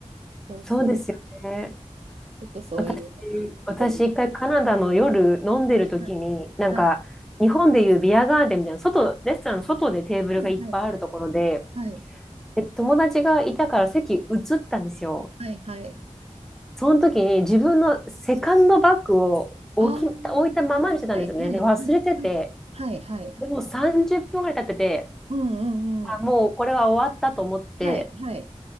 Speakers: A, on the right (about 55°); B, in the centre.
A: そうそ
B: そうですよね。
A: う、ちょっとそういうのがすごい心配で
B: 私、私一回カナダの夜飲んでる時に、
A: す。はい、はい、
B: なんか、
A: はい、
B: 日本でいうビアガーデンみたいな、外、レストランの外でテーブルがいっぱいあるところで、
A: はい、はい、
B: で、友達がいたから席移ったんですよ。
A: はい、はい、
B: その時に自分のセカンドバッグを置き、
A: ああー、
B: 置いたままにしてたんですよね。
A: はい、はい、
B: で、
A: はい、
B: 忘れてて、
A: うん、はい、はい、
B: でもう30分ぐらい経ってて、
A: うん、うん、
B: あ、
A: うん、
B: もうこれは終わったと思って、
A: はい、はい、